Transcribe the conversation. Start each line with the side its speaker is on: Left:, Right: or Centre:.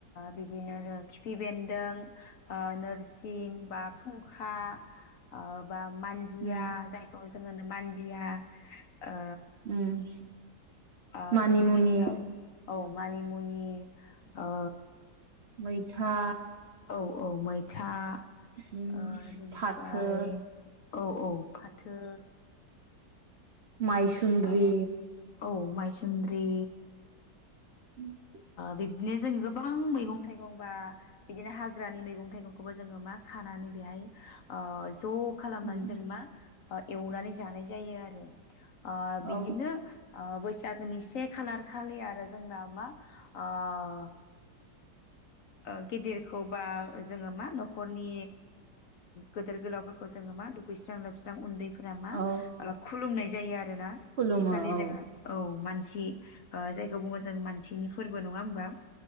Left: बिदिनो र खिफि बेनदों ओ नोरसि खा ओ बा मान्दिया
Right: उम
Left: जायखौ जोङो मान्दिया ओ
Right: उम
Left: आ
Right: मानिमुनि
Left: बिनि गेजेराव औ मानिमुनि ओ
Right: मैथा
Left: औ औ मैथ था
Right: उम
Left: बेनिफ्राय
Right: फाथो
Left: औ औ फाथो
Right: माइसुन्द्रि
Left: ओ औ माइसुन्द्रि
Right: <inaudible>
Left: बिबदिनो जों गोबां मैगं थाइगं गं बा बिदिनो हाग्रानि मैगं थाइगंखौबो जोङो मा खानानै बेहाय अ ज' खालामनानै
Right: उम
Left: जों मा एवनानै जानाय जायो आरो अ बिदिनो
Right: औ
Left: आ बै सागोनि से खालार खालि आरो जोंना मा आ ओ गिदिरखौ बा जोङो मा न'खरनि गोदोर गोलावफोरखौ जोङो मा दुगैस्रां लोबस्रां उनदै फोरा मा
Right: औ
Left: खुलुमनाय जायो आरो रोना
Right: खुलुमो
Left: बेखालि
Right: औ
Left: जोङो औ मानसि सि जायखौ बुङो जों मानसिनि फोरबो नङा होमबा